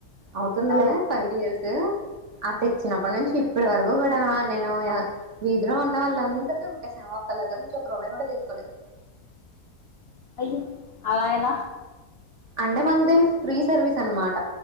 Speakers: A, on the right (about 55°); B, on the left (about 60°).
A: అవుతుందిలే
B: ఆ
A: ఫైవ్ ఇయర్స్ అ తెచ్చినప్పటి నుంచి ఇప్పటి వరకు కూడా ఆ నేను వీధిలో ఉన్న వాళ్ళు అందరికి కుట్టేసాను ఒక్కళ్ళ దగ్గర నుంచి ఒక రూపాయి కూడా తీసుకోలేదు
B: అయ్యో అలా ఎలా
A: అంటే మనది ఫ్రీ సర్వీస్ అన్నమాట